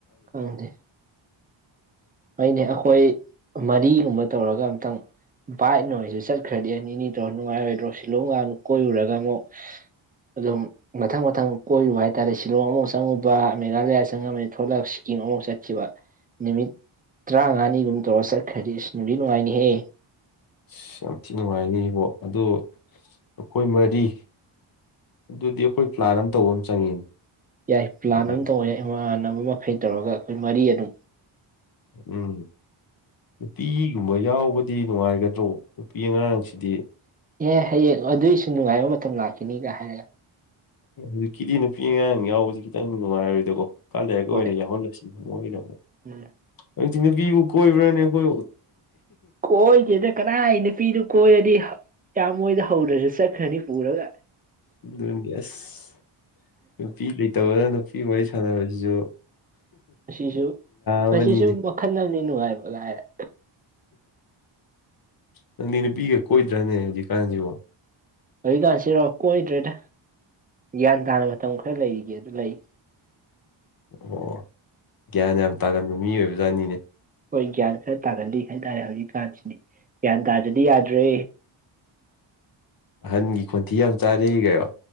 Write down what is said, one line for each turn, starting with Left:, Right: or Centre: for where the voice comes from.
Right: ꯈꯪꯗꯦ
Left: <unintelligible> <inaudible>
Right: ꯑꯩꯅꯦ ꯑꯩꯈꯣꯏ ꯃꯔꯤꯒꯨꯝꯕ ꯇꯧꯔꯒ ꯑꯝꯇꯪ ꯕꯥꯏꯛ ꯅꯣꯏꯁꯨ ꯆꯠꯈ꯭ꯔꯗꯤ ꯑꯅꯤꯅꯤꯗꯣ ꯅꯨꯡꯉꯥꯏꯔꯣꯏꯗ꯭ꯔꯣ ꯁꯤꯂꯣꯡꯒ ꯀꯣꯏꯔꯨꯔꯒ ꯑꯃꯨꯛ ꯑꯗꯨꯝ ꯃꯊꯪ ꯃꯊꯪ ꯀꯣꯏꯔꯨꯕ ꯍꯥꯏꯇꯥꯔꯦ ꯁꯤꯂꯣꯡ ꯑꯃꯨꯛ ꯆꯪꯉꯨꯕ ꯃꯦꯒꯥꯥꯂꯤꯌꯥ ꯆꯪꯉꯝꯃꯤ ꯊꯣꯛꯂꯛ ꯌꯦꯡꯉ ꯑꯃꯨꯛ ꯆꯠꯈꯤꯕ ꯅꯨꯃꯤꯠ ꯇꯔꯥꯉꯥꯅꯤꯒꯨꯝꯕ ꯇꯧꯔ ꯆꯠꯈ꯭ꯔꯗꯤ ꯑꯁ ꯅꯨꯡꯗꯤ ꯅꯨꯡꯉꯥꯏꯅꯤꯍꯦ
Left: ꯑꯁ ꯌꯥꯝ ꯊꯤ ꯅꯨꯡꯉꯥꯏꯅꯤ ꯏꯕꯣ ꯑꯗꯨ ꯑꯩꯈꯣꯏ ꯃꯔꯤ ꯑꯗꯨꯗꯤ ꯑꯩꯈꯣꯏ ꯄ꯭ꯂꯥꯟ ꯑꯝ ꯇꯧꯕ ꯑꯝ ꯆꯪꯉꯤꯅꯦ
Right: ꯌꯥꯏ ꯄ꯭ꯂꯥꯟ
Left: ꯍꯧꯖꯤꯛ
Right: ꯑꯃ ꯇꯧꯕ ꯌꯥꯏ ꯏꯃꯥꯟꯅꯕ ꯃꯈꯩ ꯇꯧꯔꯒ ꯑꯩꯈꯣꯏ ꯃꯔꯤ ꯑꯗꯨꯝ
Left: ꯎꯝ ꯅꯨꯄꯤꯒꯨꯝꯕ ꯌꯥꯎꯕꯗꯤ ꯅꯨꯡꯉꯥꯏꯒꯗ꯭ꯔꯣ ꯅꯨꯄꯤ ꯑꯉꯥꯡꯁꯤꯗꯤ
Right: ꯑꯦ ꯍꯌꯦꯡ ꯑꯗꯨꯏꯁꯨ ꯅꯨꯡꯉꯥꯏꯕ ꯃꯇꯝ ꯂꯥꯛꯈꯤꯅꯤꯒ ꯍꯥꯏꯔ
Left: ꯍꯧꯖꯤꯛꯀꯤꯗꯤ ꯅꯨꯄꯤ ꯑꯉꯥꯡ ꯌꯥꯎꯕꯁꯤ ꯈꯤꯇꯪ ꯅꯨꯡꯉꯥꯏꯔꯣꯏꯗꯀꯣ ꯀꯥꯟ ꯂꯩꯛ ꯑꯣꯏꯅ
Right: ꯍꯣꯏ
Left: ꯌꯥꯎꯍꯜꯂꯁꯤ ꯃ ꯑꯣꯏꯅ
Right: ꯎꯝ
Left: ꯍꯧꯛꯇꯤ ꯅꯨꯄꯤꯕꯨ ꯀꯣꯏꯕ꯭ꯔꯅꯤ ꯑꯩꯈꯣꯏ
Right: ꯀꯣꯏꯗꯦꯗ ꯀꯅꯥꯅ ꯄꯤꯅꯣ ꯀꯣꯏꯔꯗꯤ ꯌꯥꯝ ꯃꯣꯏꯗ ꯍꯧꯔꯁꯨ ꯆꯠꯈ꯭ꯔꯅꯤ ꯄꯨꯔꯒ
Left: ꯑꯗꯨꯅꯦ ꯑꯁ ꯅꯨꯄꯤ ꯂꯩꯇꯕ ꯅꯨꯄꯤ ꯋꯥꯔꯤ ꯁꯥꯟꯅꯕꯖꯤꯖꯨ
Right: ꯑꯁꯤꯁꯨ
Left: ꯑꯃꯅꯤꯅꯦ
Right: ꯃꯁꯤꯁꯨ ꯃꯈꯜ ꯑꯃꯅꯤ ꯅꯨꯡꯉꯥꯏꯕ ꯂꯥꯏꯔ
Left: ꯅꯗꯤꯅꯤ ꯄꯤꯒꯦ ꯀꯣꯏꯗ꯭ꯔꯥꯅꯦ ꯍꯧꯖꯤ ꯀꯥꯟꯁꯤꯕ
Right: ꯍꯧꯖꯤꯛꯀꯥꯟꯁꯤꯔꯥꯎ ꯀꯣꯏꯗ꯭ꯔꯦꯗ ꯒ꯭ꯌꯥꯟ ꯇꯥꯅ ꯃꯇꯝ ꯈꯔ ꯂꯩꯔꯤꯒꯦ ꯑꯗꯨ ꯂꯩ
Left: ꯑꯣ ꯒ꯭ꯌꯥꯟ ꯌꯥꯝ ꯇꯥꯒꯟꯕ ꯃꯤ ꯑꯣꯏꯕ ꯖꯥꯠꯅꯤꯅꯦ
Right: ꯍꯣꯏ ꯒ꯭ꯌꯥꯟ ꯈꯔ ꯇꯥꯒꯜꯂꯤ ꯍꯥꯏꯇꯥꯔꯦ ꯍꯧꯖꯤꯛꯀꯥꯟꯁꯤꯗꯤ ꯒ꯭ꯌꯥꯟ ꯇꯥꯗ꯭ꯔꯗꯤ ꯌꯥꯗ꯭ꯔꯦ
Left: ꯑꯍꯟꯒꯤ ꯈꯣꯟꯊꯤ ꯌꯥꯝ ꯆꯥꯔꯛ ꯀꯣ